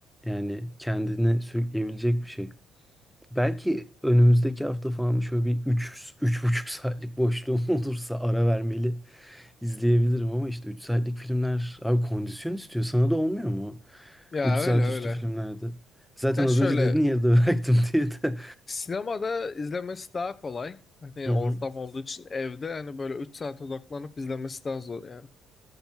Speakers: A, in the centre; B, on the left.
A: yani kendine sürükleyebilecek bir şey. Belki önümüzdeki hafta falan şöyle bir 3 buçuk saatlik boşluğum <laughs> olursa ara vermeli izleyebilirim ama işte 3 saatlik filmler abi kondisyon istiyor. Sana da olmuyor mu?
B: Ya
A: 3 saat
B: öyle öyle.
A: üstü filmlerde. Zaten
B: Ya
A: az
B: şöyle
A: önce dedin yarıda bıraktım <laughs> diye de.
B: Sinemada izlemesi daha kolay. Hani
A: Hı
B: ortam
A: hı.
B: olduğu için evde hani böyle 3 saat odaklanıp izlemesi daha zor yani.